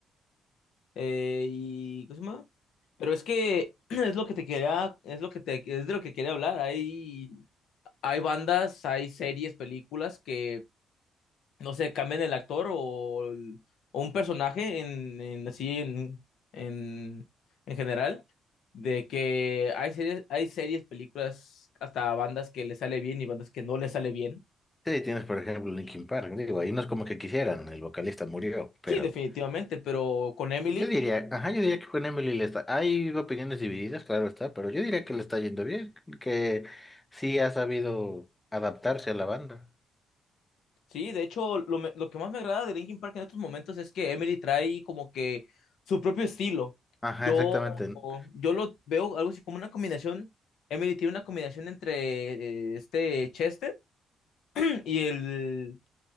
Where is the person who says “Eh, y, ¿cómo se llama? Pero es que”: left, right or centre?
Left